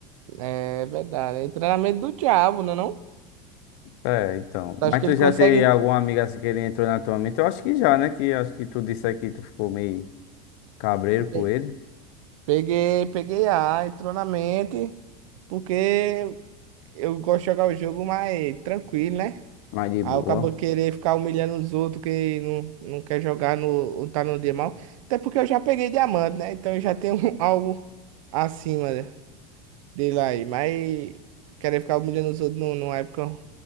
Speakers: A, on the right (about 70°); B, on the left (about 45°).
A: É verdade. É treinamento do diabo, não é não?
B: É, então.
A: Acho
B: Mas
A: que
B: tu
A: ele
B: já
A: consegue.
B: teve algum amigo assim que ele entrou na tua mente? Eu acho que já, né? Que acho que tu disse aí que tu ficou meio Cabreiro
A: pe-
B: com ele,
A: Peguei, peguei A, entrou na mente. Porque eu gosto de jogar o jogo mais tranquilo, né?
B: mas de
A: Aí
B: boa.
A: o cabo querer ficar humilhando os outros que não, não quer jogar no, ou tá no dia mal. Até porque eu já peguei diamante, né? Então eu já tenho <laughs> algo acima dele aí. Mas querer ficar humilhando os outros nu- numa época